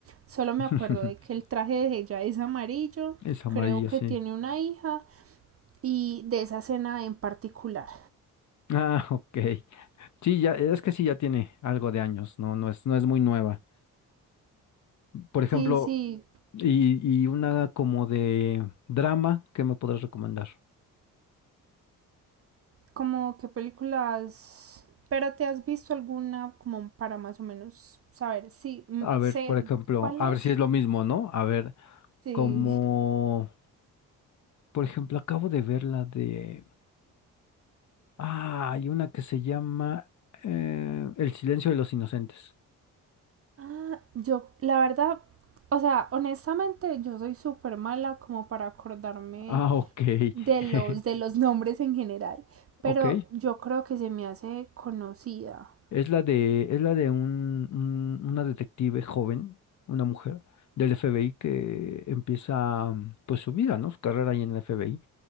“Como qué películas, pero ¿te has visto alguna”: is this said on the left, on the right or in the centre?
Right